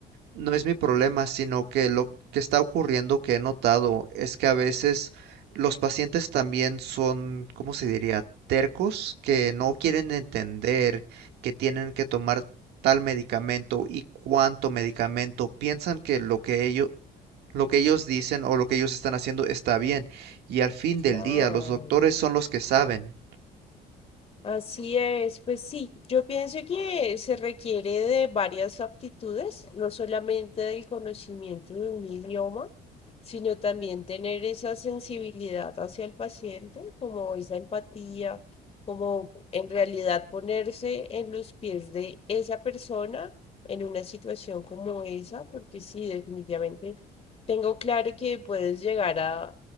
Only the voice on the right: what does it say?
no es mi problema, sino que lo que está ocurriendo que he notado es que a veces los pacientes también son, ¿cómo se diría? tercos que no quieren entender que tienen que tomar tal medicamento y cuánto medicamento. Piensan que lo que ellos lo que ellos dicen o lo que ellos están haciendo está bien y al fin del
día los doctores son los que saben.